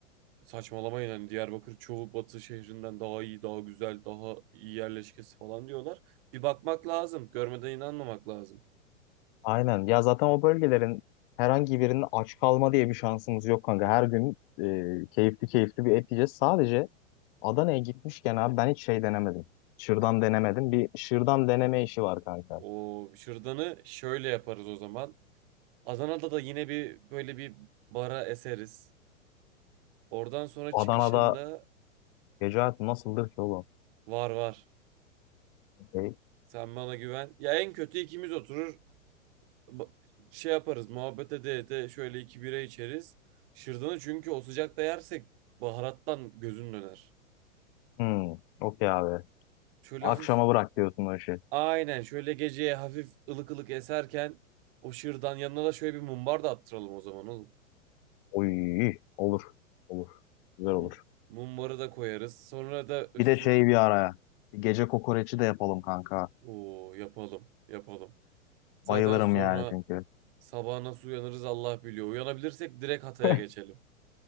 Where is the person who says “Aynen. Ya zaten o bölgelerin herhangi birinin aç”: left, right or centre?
Left